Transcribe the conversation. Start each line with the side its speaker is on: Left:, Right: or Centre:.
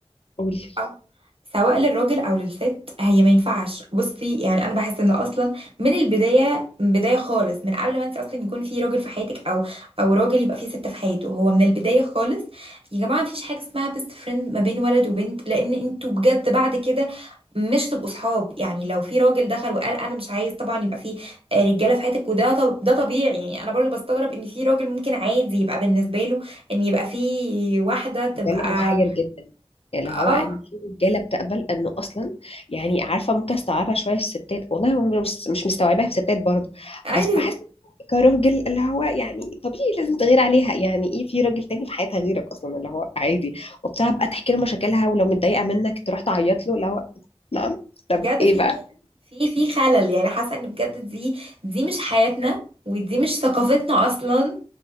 Left: المقبول
Right: آه. سواء للراجل او للست هي ما ينفعش بصي يعني انا بحس ان اصلا من البدايه من بدايه خالص من قبل ما انت اصلا يكون في راجل في حياتك او او راجل يبقى في ست في حياته هو من البدايه خالص يا جماعه مفيش حاجه اسمها بيست فريند ما بين ولد وبنت لان انتوا بجد بعد كده مش تبقوا صحاب يعني لو في راجل دخل وقال انا مش عايز طبعا يبقى في آه، رجاله في حياتك وده طب ده طبيعي يعني انا برضه بستغرب ان في راجل ممكن عادي يبقى بالنسبه له ان يبقى في واحده
Left: هو
Right: تبقى
Left: ده اللي محير جدا اللي
Right: اه
Left: هو ان في رجاله بتقبل انه اصلا يعني عارفه ممكن استوعبها شويه في الستات والله هو مش مش مستوعباها في الستات برضه
Right: ايوه
Left: بس بحس كراجل اللي هو يعني طبيعي لازم تغير عليها يعني ايه في راجل تاني في حياتها غيرك اصلا اللي هو عادي وبتاع بقى تحكي له مشاكلها ولو متضايقه منك تروح تعيط له اللي هو نعم
Right: بجد
Left: طب ايه
Right: في
Left: بقى
Right: في في خلل يعني حاسه ان بجد دي دي مش حياتنا ودي مش ثقافتنا اصلا